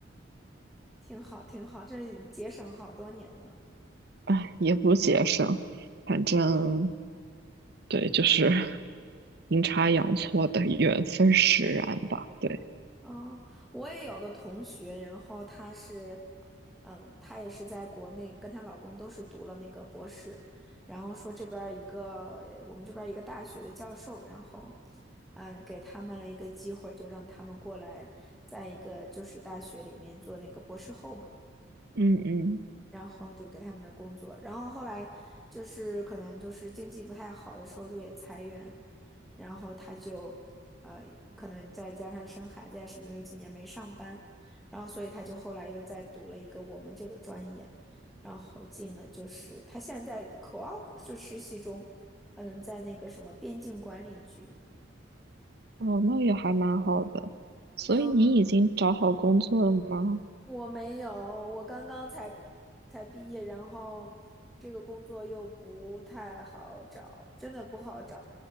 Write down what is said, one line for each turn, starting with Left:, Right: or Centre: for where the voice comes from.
Centre: 挺好，挺好，这节省好多年呢。
Right: 哎，也不节省，反正
Centre: 嗯，
Right: 对，就是 <laughs> 阴差阳错的缘分使然吧。对，
Centre: 哦，我也有个同学，然后她是，嗯，她也是在国内，跟她老公都是读了那个博士，然后说这边儿一个，呃我们这边儿一个大学的教授，然后，嗯，给他们了一个机会，就让他们过来，在一个就是大学里面做那个博士后嘛。
Right: 嗯嗯，
Centre: 然后就给他们的工作，然后后来就是可能就是经济不太好的时候就也裁员，然后他就呃可能再加上生孩子呀什么，有几年没上班，然后所以他就后来又再读了一个我们这个专业，然后进了就是他现在在 co-op 就实习中，嗯，在那个什么边境管理局。
Right: 哦，那也还蛮好的。所以你已经找好工作了吗？
Centre: 就。我没有，我刚刚才才毕业，然后这个工作又不太好找，真的不好找。